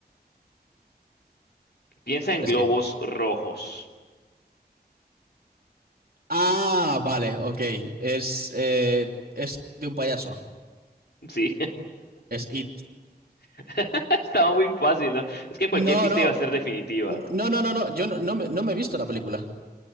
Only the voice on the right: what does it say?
Es
que...
Ah, vale, ok. Es, eh, es de un payaso.
Es It.
No,
no,
no, no, no, no. Yo no, no me, no me he visto la película.